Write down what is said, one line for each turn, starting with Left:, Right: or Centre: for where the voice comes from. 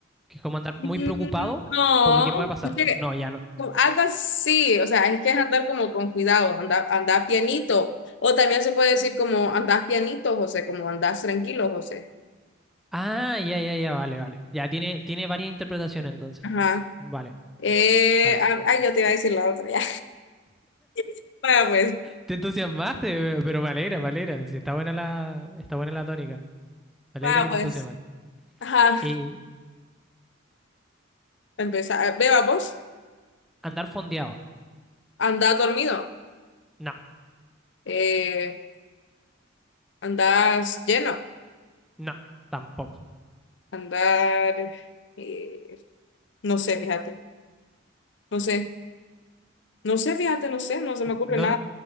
Centre: que es como andar
Left: Mm,
Centre: muy preocupado
Left: No,
Centre: por lo que pueda pasar.
Left: porque
Centre: No, ya no.
Left: como Algo así, o sea, es que es andar como con cuidado, andar, andar pianito. O también se puede decir como andás pianito, José, como andás tranquilo, José.
Centre: Ah, ya, ya, ya, vale, vale. Ya tiene, tiene varias interpretaciones entonces.
Left: Ajá.
Centre: Vale.
Left: Eh,
Centre: Vale.
Left: ah, ay, yo te iba a decir la otra ya. <laughs> Vaya pues,
Centre: Te entusiasmaste, pero me alegra, me alegra. Sí, está buena la, está buena la tónica. Me alegra
Left: vaya
Centre: que
Left: pues.
Centre: te entusiasmes.
Left: Ajá.
Centre: Eh,
Left: Empezar. Beba vos,
Centre: andar fondeado.
Left: andás dormido,
Centre: No,
Left: eh, andás lleno,
Centre: no, tampoco.
Left: andar, eh, no sé, fíjate, no sé, no sé, fíjate, no sé, no se me ocurre
Centre: No,
Left: nada.
Centre: no.